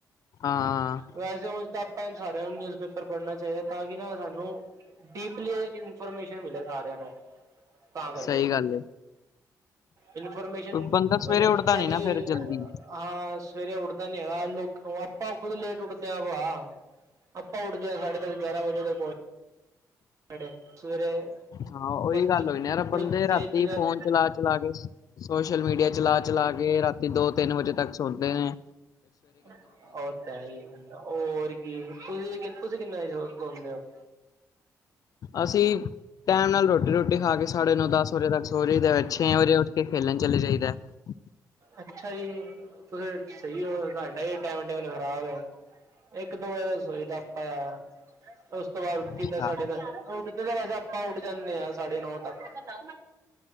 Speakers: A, on the left; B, on the right.
A: ਹਾਂ
B: ਵੈਸੇ ਉਝ ਤਾਂ ਆਪਾ ਸਾਰਿਆਂ ਨੂੰ ਨਿਊਜ਼ ਪੇਪਰ ਪੜ੍ਹਨਾਂ ਚਾਹੀਂਦਾ ਤਾਂ ਕਿ ਨਾ ਸਾਂਨੂੰ ਡੀਪਲੀ ਇਨਫੋਰਮੇਸ਼ਨ ਮਿਲੇ ਸਾਰਿਆਂ ਨੂੰ। ਤਾਂ ਕਰਕੇ
A: ਸਹੀ ਗੱਲ਼ ਏ।
B: ਇਨਫੋਰਮੇਸ਼ਨ ਮੱਤਲਬ
A: ਬੰਦਾ ਸਵੇਰੇ
B: ਜਿੰਦਾਂ
A: ਉੱਠਦਾ ਨੀ
B: ਵੀ।
A: ਨਾ ਫੇਰ ਜਲਦੀ
B: ਹਾਂ ਸਵੇਰੇ ਉੱਠਦਾ। ਹੈਗਾ। ਲੋਕ ਆਪਾਂ ਖ਼ੁਦ ਲੇਟ। ਉੱਠਦੇ ਆ ਵਾ ਆਪਾਂ ਉੱਠਦੇ ਹ ਸਾਢੇ ਦਸ ਗਿਆਰਾਂ ਵਜੇ ਤ ਹਾਡੇ ਸਵੇਰੇ।
A: ਹਾਂ। ਉਹੀ
B: ਬਸ
A: ਗੱਲ਼
B: ਜਿ
A: ਹੋਈ ਨਾ ਯਾਰ
B: ਬੜੀ
A: ਬੰਦੇ
B: ਤੇਜ਼ੀ
A: ਰਾਤੀਂ।
B: ਨਾਲ
A: ਫ਼ੋਨ ਚਲਾ ਚਲਾ ਕੇ। ਸ਼ੋਸ਼ਲ ਮੀਡੀਆ ਚਲਾ ਚਲਾ ਕੇ। ਤੇ ਰਾਤੀਂ ਦੋ ਤਿੰਨ ਵਜ਼ੇ ਤੱਕ ਸੋਦੇ ਨੇਂ।
B: ਉਹ ਤਾਂ ਹੈ ਹੀ। ਹੋਰ ਕੀ ਤੁਸੀਂ ਤੇ ਕਹਿੰਦੇ। ਤੁਸੀਂ ਕਿੰਨੇਂ ਵਜ਼ੇ ਸੋਦੇ ਹੋ।
A: ਅਸੀਂ ਟਾਇਮ ਨਾਲ਼ ਰੋਟੀ। ਰੋਟੀ ਖਾ ਕੇ ਸਾਢੇ ਨੋ ਦਸ ਵਜ਼ੇ ਤੱਕ ਸੋ ਜਾਈਦਾ। ਛੇ ਵਜ਼ੇ ਉੱਠ ਕੇ ਖੇਲਣ ਚੱਲੇਂ ਜਾਈਦਾ ।
B: ਅੱਛਾ ਜੀ। ਤੁਸੀਂ ਸਹੀ ਹੋ। ਸਾਡਾ ਹੀ ਟਾਇਮ ਟੇਬਲ ਖ਼ਰਾਬ ਏ। ਇੱਕ ਦੋ ਵਜੇ ਤਾਂ ਸੋਈਦਾ ਆਪਾਂ। ਉਸ ਤੋਂ ਬਾਅਦ ਉੱਠੀ
A: ਅੱਛਾ
B: ਦਾ ਸਾਢੇ ਦੱਸ ।ਉੱਠਦੇ‌ ਤਾਂ ਵੈਸੇ ਆਪਾਂ ਉੱਠ ਜਾਂਦੇ ਹਾਂ। ਸਾਢੇ ਨੌਂ ਤੱਕ। ਉੱਠ ਗਿਆਂ